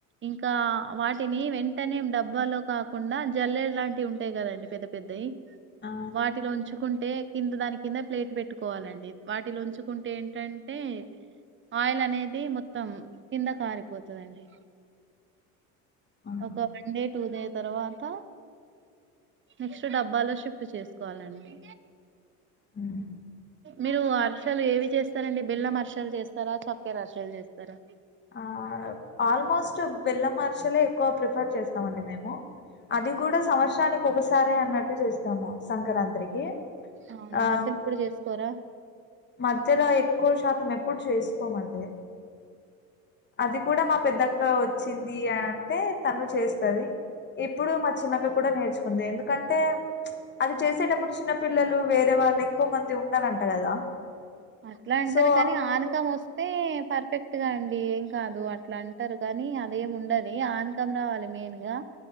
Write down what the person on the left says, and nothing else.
ఆ
అవునా
ఉమ్
ఆ ఆల్మోస్ట్ బెల్లం అరిసెలే ఎక్కువ ప్రిఫర్ చేస్తాం అండి మేము అది కూడా సంవత్సరానికి ఒకసారే అన్నట్టు చేస్తాము సంక్రాంతికి
ఆ
మధ్యలో ఎక్కువ శాతం ఎప్పుడు చేసుకోమండి అది కూడా మా పెద్దక్క వచ్చింది అంటే తను చేస్తది ఇప్పుడు మ చిన్నక్క కూడా నేర్చుకుంది ఎందుకం టే అది ప్చ్ చేసేటప్పుడు చిన్నపిల్లలు వేరే వాళ్ళు ఎక్కువ మంది ఉండరంట కదా
సో